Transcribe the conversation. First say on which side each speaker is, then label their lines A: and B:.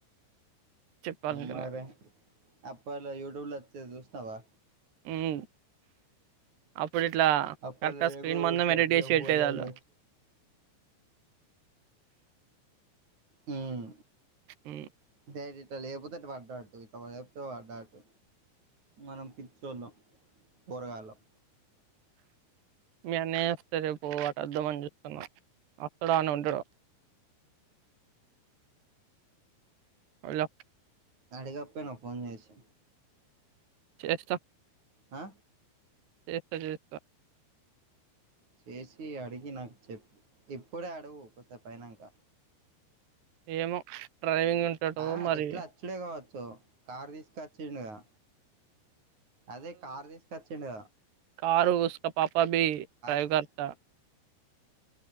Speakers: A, on the right (about 65°); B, on the right (about 40°).
A: చెప్పాలనుకున్నా
B: మరె అప్పడ్లో యూట్యూబ్లో అచ్చేది జూస్నవా
A: మ్మ్ ప్పుడిట్లా
B: అప్పట్లో
A: కరెక్ట్ గా
B: నేను
A: స్క్రీన్
B: కూడా
A: మందం
B: చూసిన
A: ఎడిట్
B: జియో
A: చేసి
B: ఫోన్లలో
A: పెట్టేదాళ్ళు
B: మ్మ్
A: ఉమ్,
B: డైరె లేపోతే ఇటు పడ్డాట్టు ఇట్ల లేపోతే పడ్డాట్టు మనం పిచ్చోళ్ళం పోరగాలం
A: మీ అనేస్త రే పో వాటు అర్ధం అని చూస్తున్నా అసడు అని ఉంటడు ఒల
B: అడిగప్పే ను ఫోన్ చేసి
A: చేస్త
B: ఆ
A: చేస్త చేస్త
B: చేసి అడిగి నాకు చెప్పు ఎప్పుడే అడుగు కొసేపు అయినంక
A: ఏమో డ్రైవింగ్ ఉంటాడో
B: ఆ
A: మరి
B: ఎట్లా అచ్చుడే కావచ్చు కారు తీసుకచ్చిండుగా అదే కార్ తీసుకచ్చిండు
A: కార్ ఉస్కా పాపా బి డ్రైవ్
B: తీసుకొచ్చి
A: కర్త